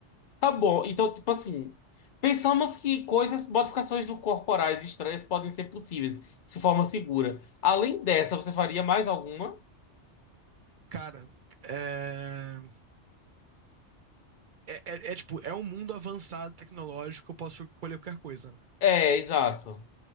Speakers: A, on the left; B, on the right.
A: Tá bom, então, tipo assim, pensamos que coisas, modificações do corporais estranhas podem ser possíveis, se forma segura. Além dessa, você faria mais alguma?
B: Cara, é... É, é- é, tipo, é um mundo avançado tecnológico, eu posso escolher qualquer coisa, né?
A: É, exato.